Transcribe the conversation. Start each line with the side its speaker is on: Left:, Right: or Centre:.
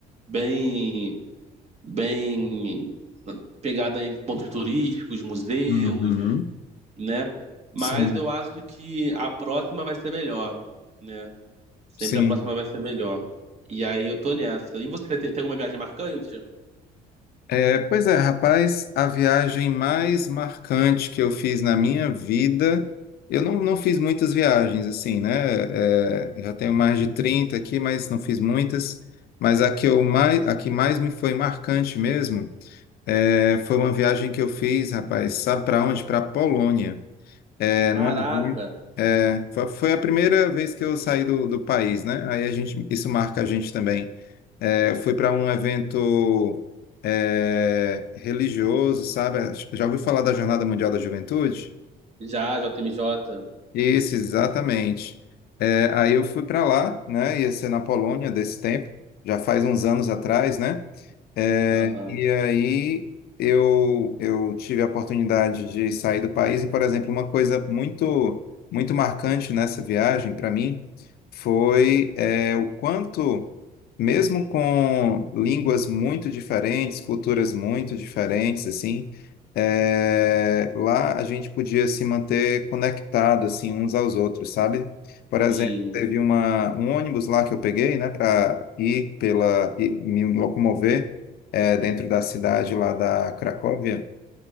Right: bem bem pegada em pontos turísticos, museus,
Left: Uhum.
Right: né? Mas
Left: Sim,
Right: eu acho que a próxima vai ser melhor, né? Sempre
Left: sim.
Right: a próxima vai ser melhor. E aí eu tô nessa. E você tem, tem alguma viagem marcante?
Left: É, pois é, rapaz, a viagem mais marcante que eu fiz na minha vida, eu não, não fiz muitas viagens, assim, né? É, já tenho mais de 30 aqui, mas não fiz muitas. Mas a que, eu mais, a que mais me foi marcante mesmo é, foi uma viagem que eu fiz, rapaz, sabe para onde? Para a Polônia. É,
Right: Caraca,
Left: não é É, foi foi a primeira vez que eu saí do, do país, né? Aí a gente, isso marca a gente também. É, fui para um evento é, religioso, sabe? Já ouviu falar da Jornada Mundial da Juventude?
Right: já, JMJ.
Left: Isso, exatamente. É, aí eu fui para lá, né? Ia ser na Polônia desse tempo, já faz uns anos atrás, né? É,
Right: Aham,
Left: e aí eu, eu tive a oportunidade de sair do país e, por exemplo, uma coisa muito muito marcante nessa viagem para mim foi é, o quanto, mesmo com línguas muito diferentes, culturas muito diferentes, assim, é, lá a gente podia se manter conectado assim uns aos outros, sabe? Por exemplo,
Right: sim,
Left: teve uma, um ônibus lá que eu peguei, né, para ir pela e me locomover é, dentro da cidade lá da Cracóvia,